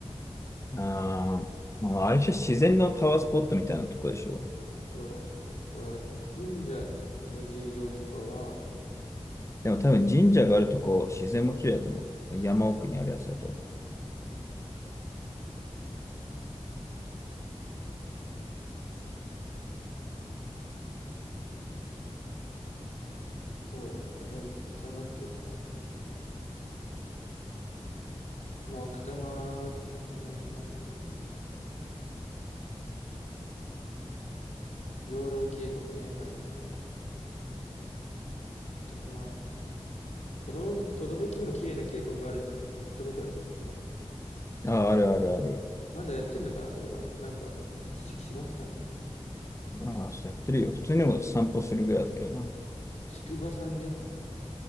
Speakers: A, on the left; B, on the left.
A: あーまあ、あれじゃ自然のパワースポットみたいなとこでしょ。
B: そう、そう、だから神社というよりかは、
A: でも多分神社があるとこ、自然も綺麗だと思う。その山奥にあるやつだと。
B: そうなんだね。そうだよな、全部つながってるからね。まあ、奥多摩もも悪くないね。養老渓谷ね、はいはい。と、まあ、とどろ、とどろきにも綺麗な渓谷あるんだよね。行ったことある。
A: ああ、あるあるある。
B: まだやってんのかな、あそこは。なんか、一時期閉まってたんだよね。
A: ああ、そうやってるよ。普通にも散歩するぐらいだけどな。
B: 筑波山ね。